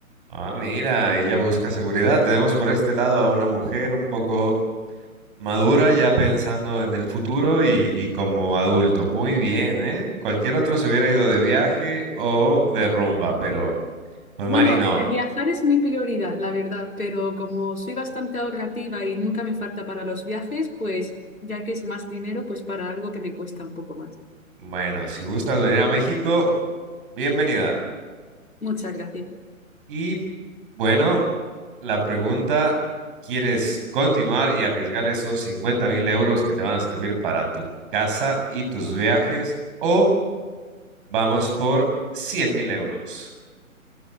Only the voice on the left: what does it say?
Bueno,
el viajar es mi prioridad, la verdad, pero como soy bastante ahorrativa y nunca me falta para los viajes, pues ya que es más dinero, pues para algo que me cuesta un poco más.
Muchas gracias.